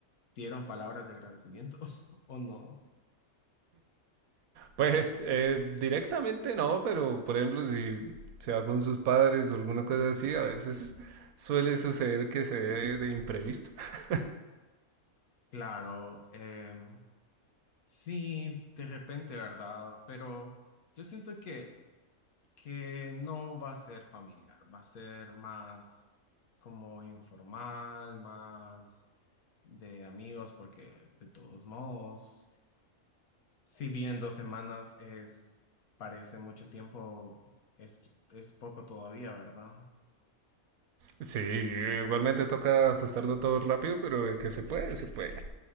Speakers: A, on the left; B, on the right.
A: ¿dieron palabras de agradecimiento <laughs> o no?
B: Pues eh, directamente no, pero por ejemplo, si se va con sus padres o alguna cosa así, a veces suele suceder que se dé de imprevisto. <laughs>
A: Claro, em, sí, de repente, ¿verdad? Pero yo siento que, que no va a ser familiar, va a ser más como informal, más de amigos, porque de todos modos. Si bien dos semanas es, parece mucho tiempo, es, es poco todavía, ¿verdad?
B: Sí, igualmente toca ajustarlo todo rápido, pero de que se puede, se puede.